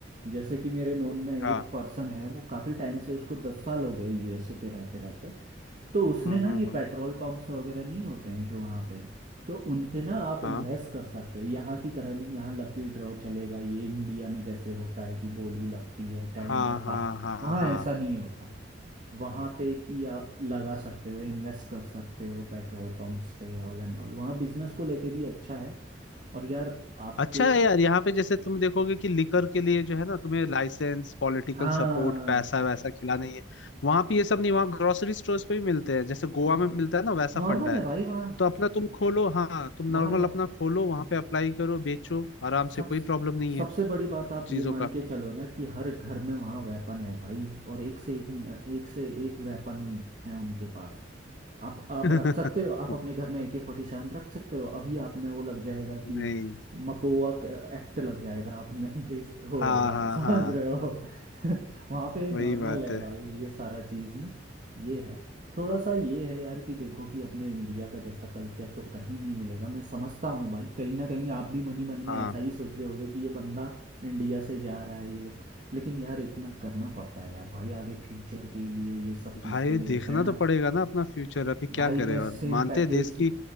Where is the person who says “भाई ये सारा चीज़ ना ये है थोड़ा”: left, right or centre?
Right